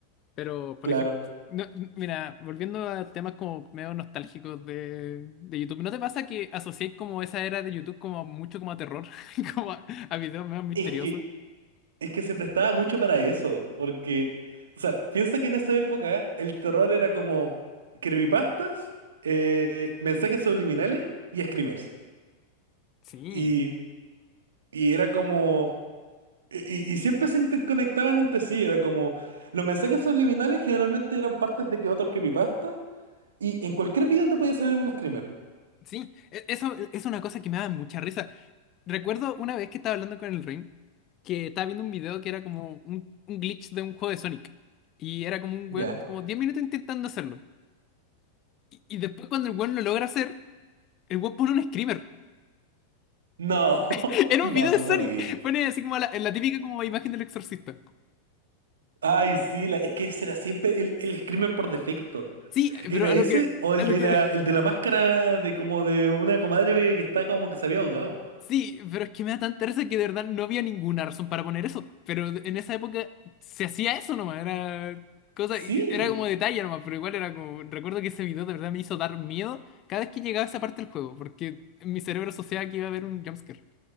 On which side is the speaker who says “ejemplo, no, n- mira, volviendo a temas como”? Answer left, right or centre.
Left